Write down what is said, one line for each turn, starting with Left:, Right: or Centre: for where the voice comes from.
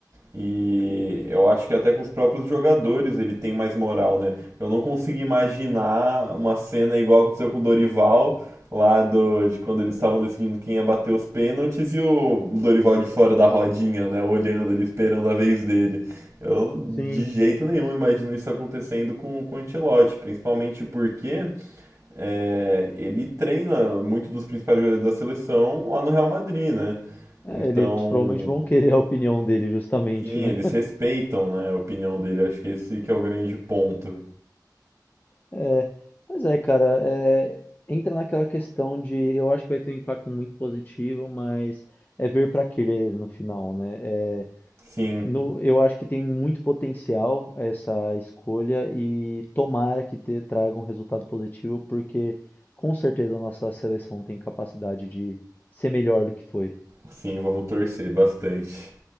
Right: E eu acho que até com os próprios jogadores ele tem mais moral, né? Eu não consigo imaginar uma cena igual aconteceu com o Dorival, lá do, de quando eles estavam decidindo quem ia bater os pênaltis e o Dorival de fora da rodinha, né? Olhando ali, esperando a vez dele. Eu
Left: Sim.
Right: de jeito nenhum imagino isso acontecendo com, com o Ancelotti, principalmente porque é, ele treina muito dos principais jogadores da seleção lá no Real Madrid, né?
Left: É,
Right: Então
Left: eles provavelmente vão querer a opinião dele, justamente,
Right: Sim,
Left: né?
Right: eles respeitam, né, a opinião dele. Acho que esse que é o grande ponto.
Left: É, mas é, cara, é, entra naquela questão de, eu acho que vai ter um impacto muito positivo, mas é ver para querer no final, né? É,
Right: Sim,
Left: no- eu acho que tem muito potencial essa escolha e tomara que te, traga um resultado positivo, porque com certeza a nossa seleção tem capacidade de ser melhor do que foi.
Right: sim, vamos torcer bastante.